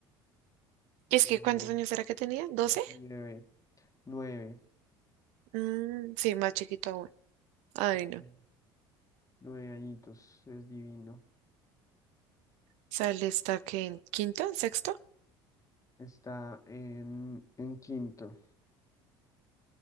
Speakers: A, on the right (about 70°); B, on the left (about 25°).
A: Es
B: Es
A: que,
B: mi,
A: ¿cuántos
B: bebé.
A: años era que tenía? doce
B: mi bebé. Nueve.
A: Mm, sí, más chiquito aún. Ay,
B: Ujú.
A: no.
B: Nueve añitos. Es divino.
A: Sale, está que en quinto, sexto.
B: Está en, en quinto.